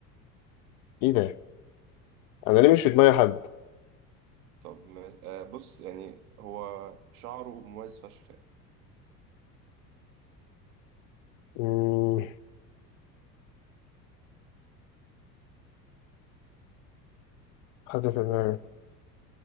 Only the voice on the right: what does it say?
طب ما آه بص يعني هو شعره مميز فشخ يعني